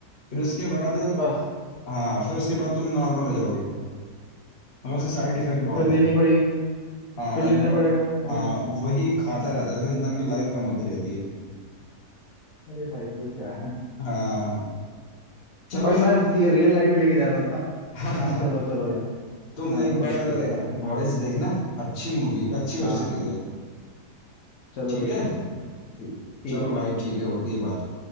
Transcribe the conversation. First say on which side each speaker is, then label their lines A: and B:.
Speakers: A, on the left (about 45°); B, on the left (about 65°).
A: फिर उसके बाद
B: बस
A: हाँ फिर उसके बाद तुम नॉर्मल हो जाओगे और उसके साइड इफेक्ट बहुत
B: तो फिर लेनी
A: है
B: पड़ेगी
A: हाँ
B: फिर लेना
A: मतलब
B: पड़ेगा अगले
A: हाँ वही खाता रहता है फिर इंसान की लाइफ कम होती रहती है
B: अरे भाई तो क्या है
A: हाँ
B: <laughs>
A: चलो
B: भाई मैं
A: फिर
B: सी रियल लाइफ में लेके जा रहा था
A: <laughs>
B: हाँ चलो चलो यार
A: तुम
B: हाँ
A: एक
B: चलो
A: बार
B: ठीक है यार
A: बॉयज
B: ये-
A: देखना अच्छी मूवी अच्छी वेब
B: हाँ हाँ
A: सीरीज है
B: चलो
A: ठीक
B: देख
A: है
B: लूंगा मैं। ठीक है ठीक
A: चलो
B: है
A: भाई ठीक है होती है बात